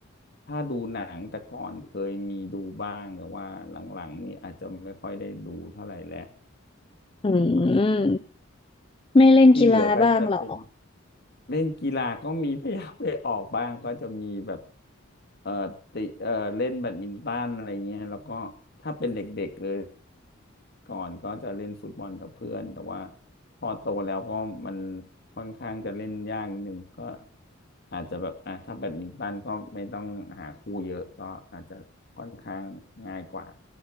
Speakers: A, on the left; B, on the left.
A: ถ้าดูหนังแต่ก่อนเคยมีดูบ้างแต่ว่าหลังๆนี่อาจจะไม่ค่อยได้ดูเท่าไหร่แล้ว
B: อืม
A: ครับ
B: ไม่เล่นกีฬาบ้างเหรอ
A: ที่เหลือก็จะเป็น เล่นกีฬาก็มีพยายามไปออกบ้างก็จะมีแบบเอ่อติเอ่อเล่นแบดมินตันอะไรเงี้ยแล้วก็ถ้าเป็นเด็กๆเลยก่อนก็จะเล่นฟุตบอลกับเพื่อนแต่ว่าพอโตแล้วก็มันค่อนข้างจะเล่นยากนิดนึงก็อาจจะแบบอ่ะถ้าแบดมินตันก็ไม่ต้องหาคู่เยอะก็อาจจะค่อนข้างง่ายกว่า